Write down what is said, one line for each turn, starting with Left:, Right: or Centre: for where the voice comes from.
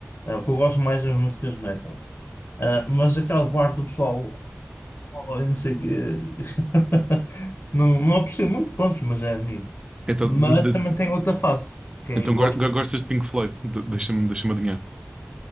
Left: É, o que eu gosto mais das músicas metal. Ah, mas aquela parte do pessoal, oh, não sei o quê, <laughs> não, não aprecio muito, pronto, mas é de mim.
Right: Então,
Left: Mas
Right: de-
Left: também
Right: de-
Left: tem outra face, que é,
Right: então
Left: eu gosto.
Right: go- go- gostas de Pink Floyd? De- Deixa-me, deixa-me adivinhar.